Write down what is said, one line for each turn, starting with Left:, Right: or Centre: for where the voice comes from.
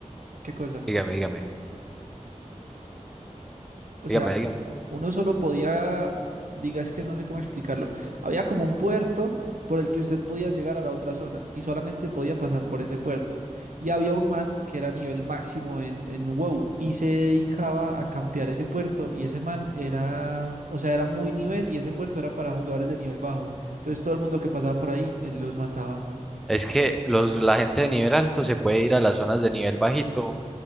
Right: ¿qué cosa?
Centre: dígame, dígame,
Right: O
Centre: dígame,
Right: sea,
Centre: dígame.
Right: uno solo podía, diga, es que no sé cómo explicarlo. Había como un puerto por el que usted podía llegar a la otra zona y solamente podía pasar por ese puerto. Y había un man que era nivel máximo en, en WoW y se dedicaba a campear ese puerto y ese man era, o sea, era muy nivel y ese puerto era para jugadores de nivel bajo. Entonces todo el mundo que pasaba por ahí, él los mataba.
Centre: Es que los, la gente de nivel alto se puede ir a las zonas de nivel bajito.